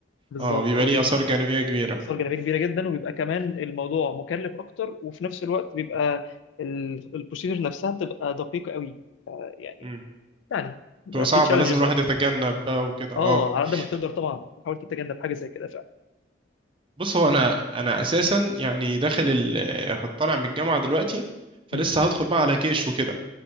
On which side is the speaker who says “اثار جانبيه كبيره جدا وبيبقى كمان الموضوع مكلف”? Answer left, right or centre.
Left